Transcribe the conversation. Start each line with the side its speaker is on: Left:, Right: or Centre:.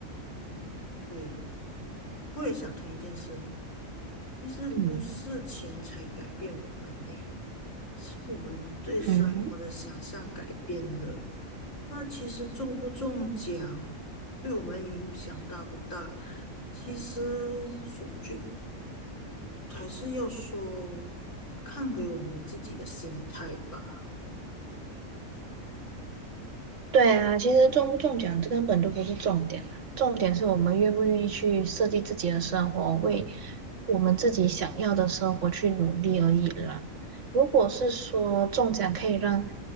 Left: 嗯对，我也想通一件事，其实不是钱财改变我们呢，
Right: 嗯
Left: 是我们对生活的想象改变了。
Right: 嗯哼。
Left: 那其实中不中奖，对我们影响大不大，其实说句还是要说，看回我们的自己的心态吧。
Right: 对啊，其实中不中奖这根本就不是重点啊，重点是我们愿不愿意去设计自己的生活，为我们自己想要的生活去努力而已啦。如果是说中奖可以让